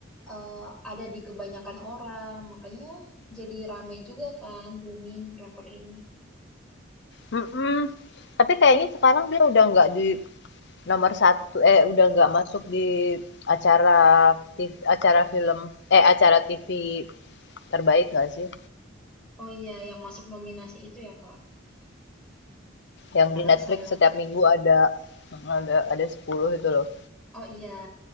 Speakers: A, in the centre; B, on the left.
A: eee, ada di kebanyakan orang, makanya jadi rame juga kan booming drakor ini.
B: Mhm, tapi kayaknya sekarang dia udah nggak di nomor satu eh, udah nggak masuk di acara tiv acara film eh, acara TV terbaik nggak sih?
A: Oh iya, yang masuk nominasi itu ya, Kak.
B: yang
A: Kadang
B: di Netflix
A: sayang
B: setiap minggu ada ada ada 10 itu loh.
A: Oh iya,